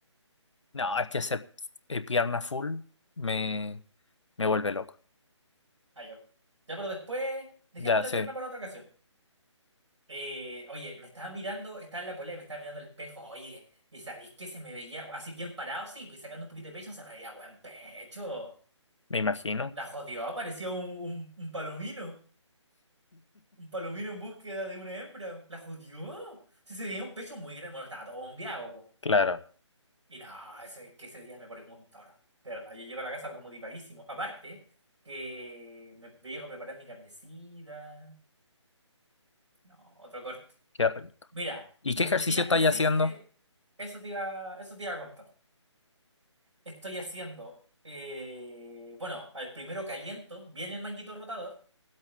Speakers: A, on the left; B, on the right.
A: No, es que hacer eh, pierna full me, me vuelve loco.
B: Ah, ya. Ya, pero después dejamos
A: Ya,
B: la
A: sé
B: pierna para otra ocasión. Eh, oye, me estaba mirando, estaba en la polea y me estaba mirando el espejo. Oye, ¿y sabéis que se me veía así bien parado? Sí, pues sacando un poquito de pecho, se me veía buen pecho.
A: me imagino.
B: La
A: <laughs>
B: jodió, parecía un, un un palomino. Un palomino en búsqueda de una hembra. ¿La jodió? Sí, se veía un pecho muy grande. Bueno, estaba todo bombeado, po.
A: Claro,
B: Y no, ese, es que ese día me pone como un toro. De verdad, yo llego a la casa pero motivadísimo. Aparte, que me, me llego a preparar mi carnecita. No, otro corte.
A: qué rico.
B: Mira,
A: ¿Y qué
B: mi
A: ejercicio
B: rutina
A: estáis
B: consiste.
A: haciendo?
B: Eso te iba, eso te iba a contar. Estoy haciendo. eh, bueno, al primero caliento bien el manguito rotador.